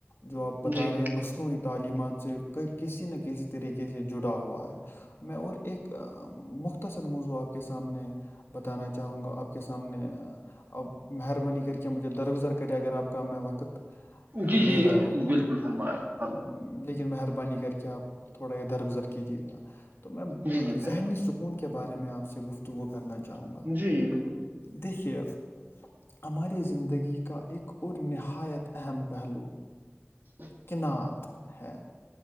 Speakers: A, on the left; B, on the right.
A: جو آپ بتا
B: جی
A: رہے ہیں مصنوعی تعلیمات سے کسی نہ کسی طریقے سے جڑا ہوا ہے میں اور ایک مختصر موضوع آپ کے سامنے بتانا چاہوں گا آپ کے سامنے اب مہربانی کر کے مجھے درگزر کرے اگر آپ کا میں وقت آ،
B: جی
A: لے
B: جی
A: رہا ہوں
B: بالکل فرمایا فرمایا
A: م، لیکن مہربانی کر کے آپ تھوڑا یہ درگزر کیجیے گا تو میں
B: جی جی فیضان
A: ذہنی سکون کے بارے میں آپ سے گفتگو کرنا چاہوں گا
B: جی جی
A: دیکھیے ہماری زندگی کا ایک اور نہایت اہم پہلو
B: <unintelligible> ہچ
A: کینعات ہے